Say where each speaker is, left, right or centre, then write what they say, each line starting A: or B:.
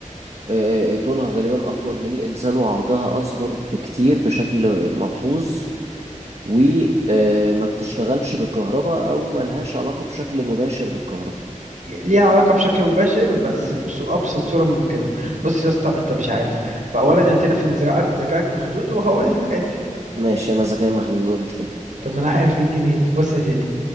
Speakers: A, on the right (about 55°); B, on the right (about 70°).
A: آه، آه، آه، طولها غالبا أطول من الإنسان وعرضها أصغر بكتير بشكل ملحوظ وما بتشتغلش بالكهرباء أو ملهاش علاقة بشكل مباشر بالكهرباء
B: ليها علاقة بشكل مباشر بس بأبسط صورة ممكنة بص يا اسطى انت مش عارف فأولا اعترف ان ذكائك ذكائك محدود وهقول لك عادي
A: ماشي أنا ذكاء محدود قولي
B: طب ما انا عارف ايه الجديد بص يا سيدي